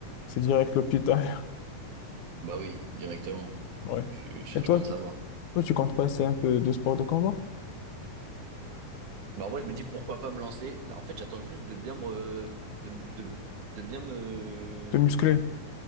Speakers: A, on the left (about 75°); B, on the right (about 70°).
A: c'est direct l'hôpital. <laughs>
B: Bah oui, directement.
A: Ouais.
B: Tu, tu cherches
A: Et toi,
B: pas à
A: tu,
B: savoir.
A: toi, tu comptes passer un peu de sport de combat?
B: Bah en vrai, je me dis pourquoi pas me lancer. Là, en fait, j'attends juste de bien me, de, de, de bien me,
A: De musclé?